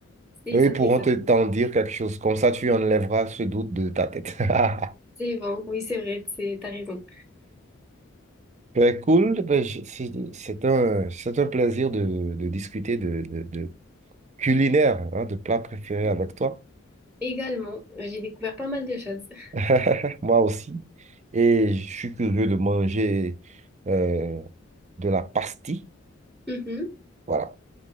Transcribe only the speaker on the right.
Eux,
ils pourront
te t'en dire quelque chose. Comme ça, tu enlèveras ce doute de ta tête. <laughs>
Ben, cool, ben, je- c'est c'est un, c'est un plaisir de, de discuter de, de, de- culinaire, hein, de plat préféré avec toi.
<laughs> Moi aussi. Et je suis curieux de manger euh, de la pastille.
Voilà.